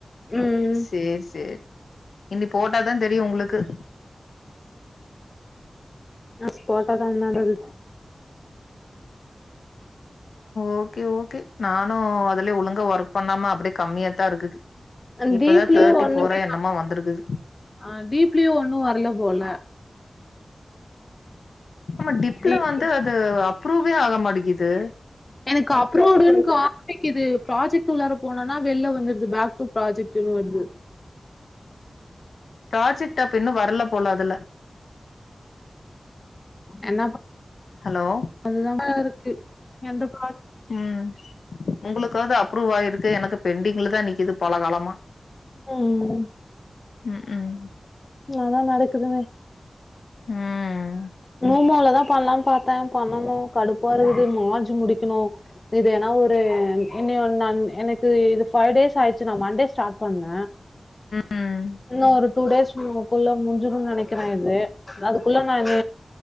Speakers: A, on the left; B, on the left.
A: ம்
B: சேர் சேர் இனி போட்டாதா தெரியு உங்களுக்கு
A: நாஸ் போட்டதா நல்லது
B: ஓகே ஓகே நானு அதுலயே ஒழுங்க ஒர்க் பண்ணாம அப்டியே கம்மியாத்தா இருக்குது
A: அ
B: இப்பதா
A: டீப்லியு
B: தேர்ட்டி
A: ஒண்ணுமே
B: ஃபோரா என்னமோ வந்திருக்குது
A: ஆ <unintelligible> டீப்லியு ஒண்ணு வர்ல போல
B: ஆமா டிப்ல
A: டீப்
B: வந்து அது அப்ரூவே ஆகமாட்டிக்குது
A: எனக்கு அப்ரூவ்டுன் காமிக்கிது ப்ராஜெக்ட் உள்ளார போனனா வெள்ல வந் ந்துருது பேக் டூ ப்ராஜெக்ட்ன்னு வருது
B: ப்ராஜெக்ட்‌ அப்ப இன்னு வரல போல அதுல
A: என்னாப்பா
B: ஹலோ
A: அதுதா <unintelligible> இருக்கு எந்தப்
B: ம் உங்களுக்காவது அப்ரூவ் ஆயிருக்கு எனக்கு பெண்டிங்ல தா நிக்குது பல காலமா
A: ம்
B: ம் ம்
A: நல்லா நடக்குதுங்க
B: ம்
A: ஆமா அவ்ளோதா பண்ணலான்னு பாத்தே பண்ணணு கடுப்பா இருகுது மார்ச்சு முடிக்கணு இது ஏன்னா ஒரு ம் இனி எவ்ளோ நான் எனக்கு இது பைவ் டேஸ் ஆயிடுச்சு நா மண்டே ஸ்டார்ட் பண்ணே
B: ம்
A: இன்னு ஒரு டூ டேஸ் <unintelligible> க்குள்ள முஞ்சுருன்னு நெனைக்கிறே இது அதுக்குள்ளன் நானு